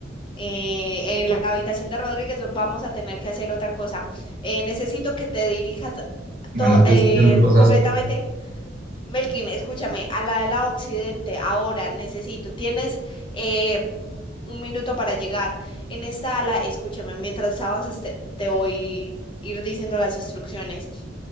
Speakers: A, on the left; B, on the right.
A: eh, en la habitación de Rodríguez, vamos a tener que hacer otra cosa. Eh, necesito que te dirijas
B: Mano,
A: to-
B: estoy
A: eh,
B: escuchando cosas.
A: completamente Melkin, escúchame, a la de la Occidente, ahora necesito, tienes eh, un minuto para llegar. En esta ala, escúchame, mientras avances te, te voy a ir diciendo las instrucciones.